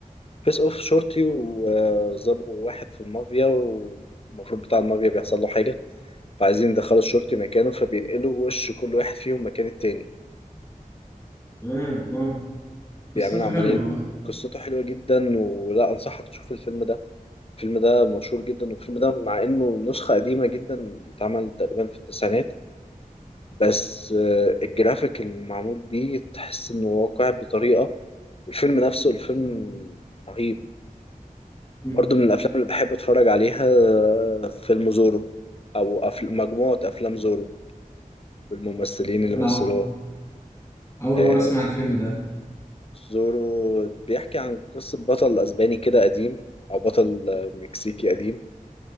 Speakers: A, on the left; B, on the left.
A: فيس اوف شورتي وزرقوا واحد في المافيا والمفروض بتاع المافيا بيحصل له حاجة فعايزين يدخلوا الشورتي مكانه فبينقلوا وش كل واحد فيهم مكان التاني
B: اه اه قصته
A: بيعملوا عملية
B: حلوه والله
A: قصته حلوة جدا ولا أنصحك تشوف الفيلم ده الفيلم ده مشهور جدا والفيلم ده مع إنه نسخة قديمة جدا اتعمل تقريبا في التسعينات بس آه، الجرافيك اللي معمول بيه تحس إنه واقع بطريقة والفيلم نفسه الفيلم
B: مم.
A: رهيب
B: مم.
A: برضو من الافلام اللي بحب اتفرج عليها آه، فيلم زورو او أفل... مجموعه افلام زورو بالممثلين اللي
B: انا
A: مثلوها
B: أه اول
A: آه،
B: مره اسمع الفيلم ده
A: زورو بيحكي عن قصه بطل اسباني كده قديم او بطل آه، مكسيكي قديم